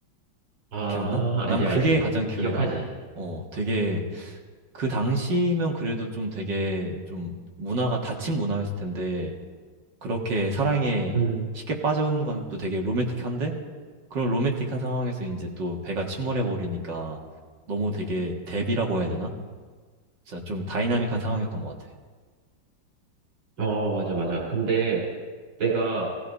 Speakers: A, on the right (about 85°); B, on the right (about 65°).
A: 아
B: 기억나? 난
A: 알지
B: 그게
A: 알지
B: 가장 기억에
A: 기억하지.
B: 남어. 어, 되게 그 당시면 그래도 좀 되게 좀 문화가 닫힌 문화였을 텐데 그렇게 사랑에
A: 음.
B: 쉽게 빠져온 건 것도 되게 로맨틱한데 그런 로맨틱한 상황에서 이제 또 배가 침몰해 버리니까 너무 되게 대비라고 해야 되나? 진짜 좀 다이나믹한 상황이었던 것 같아.
A: 어, 맞아, 맞아. 근데 내가